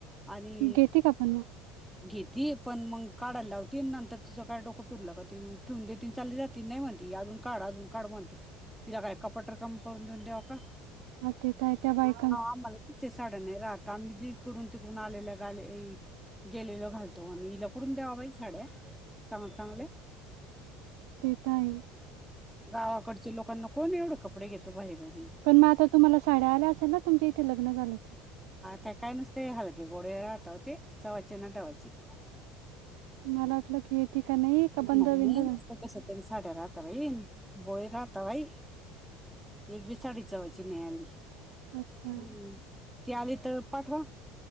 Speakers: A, in the centre; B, on the right.
A: आणि
B: घेते का पण मग
A: घेतती पण मग काढायला लावती नंतर तुझं काय डोकं पिरलं त ठेवून दे त चालली जाती नाही म्हणती अजून काढ अजून काढ म्हणते तिला काय कपाट रकम करून देऊन दव काा
B: हां, ते तर आहे त्या बायकांच
A: आम्हाला कि ते साड्या नाही राहत आम्ही जे तिकडून तिकडून आलेलंाले गेलेल घालतो आणि इ लकडून दवा बाज झाड्या चांगल चांगले
B: ते तर आहे
A: गावाकडच्या लोकांना कोण एवढे कपडे घेतो बाहेर बाहेर
B: पण मग आता तुम्हाला साड्या आल्या असेल ना तुमच्या इथे लग्न झालं तर
A: ते काय नुसते हलके गोडे राहत होते चव्हाचे ना डवाचे
B: मला वाटलं की का नाही का बंद
A: नाही
B: बिंद
A: नाही
B: झाली
A: नत कश तरी साड्या राहत भाई बोळी राहता भाई एक बी साडी चवायची नाही आली
B: अच्छा
A: हम्म. ती आली तर पाठवा